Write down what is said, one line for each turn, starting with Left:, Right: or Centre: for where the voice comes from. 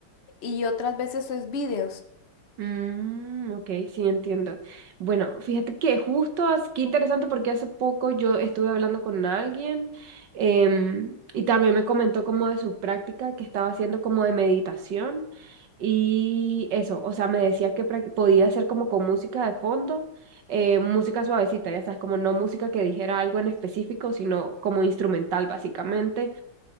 Left: y otras veces es vídeos.
Right: Mm, ok, sí, entiendo. Bueno, fíjate que justo, as- qué interesante porque hace poco yo estuve hablando con alguien em, y también me comentó como de su práctica que estaba haciendo como de meditación y eso, o sea, me decía que prac- podía hacer como con música de fondo, eh, música suavecita, ya sabes, como no música que dijera algo en específico, sino como instrumental básicamente